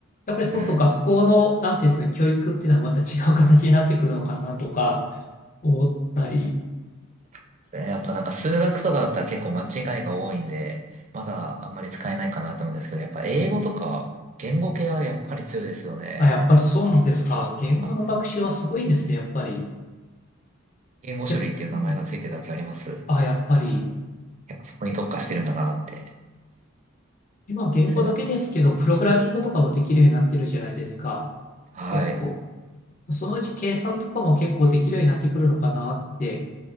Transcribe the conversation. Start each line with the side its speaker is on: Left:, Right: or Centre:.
Left: やっぱりそうすると学校の、
Right: うん。
Left: なんていうんですか、教育っていうのはまた違う形になってくるのかなとか思ったり
Right: ですね。やっぱなんか数学とかだったら結構間違いが多いんで、まだあんまり使えないかなと思うんですけど、やっぱ英語とか言語系はやっぱり強いですよね。
Left: あ、やっぱりそうなんですか。言語の学習はすごいんですね、
Right: はい。
Left: やっぱり。
Right: 言語処理っていう名前がついてるだけあります。
Left: 結構、うん
Right: や
Left: あ、やっぱり、
Right: っぱそこに特化してるんだなって。
Left: 今言語だけですけど、
Right: そしてなんか、
Left: プログラミングとかもできるようになってるじゃないですか。
Right: はい。
Left: 結構。そのうち計算とかも結構できるようになってくるのかなって。